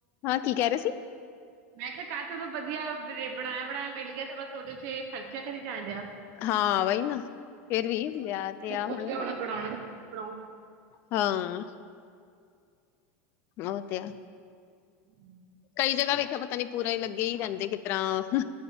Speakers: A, on the left; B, on the right.
A: ਹਾਂ ਕੀ ਕਹਿ ਰਹੇ ਸੀ।
B: ਮੈਂ ਕਿਹਾ ਕਾਸ਼ ਉਦੋਂ ਵਧੀਆ ਬਣਾਇਆ- ਬਣਾਇਆ। ਮਿਲ ਗਿਆ ਤੇ ਬਸ ਉਹਦੇ 'ਚ ਇਹ ਖਰਚਾ ਕਰੀ ਜਾਣ ਡਿਆ।
A: ਹਾਂ ਵਹੀ ਨਾ ਫੇਰ ਵੀ ਵਿਆਹ ਤੇ
B: ਉਹਨੇ
A: ਆ
B: ਸੋਚ
A: ਹੁਣ
B: ਲਿਆ ਹੋਣਾ ਬਣਾਉਣਾ ਤਾਂ ਤੁਸੀਂ ਬਣਾਓ।
A: ਹਾਂ ਉਹ ਤੇ ਹੈ।
B: <inaudible>
A: ਕਈ ਜਗ੍ਹਾ ਵੇਖਿਆ ਪਤਾ ਨੀ ਪੂਰਾ ਹੀ ਲੱਗੇ ਹੀ ਰਹਿੰਦੇ ਕਿਸ ਤਰ੍ਹਾਂ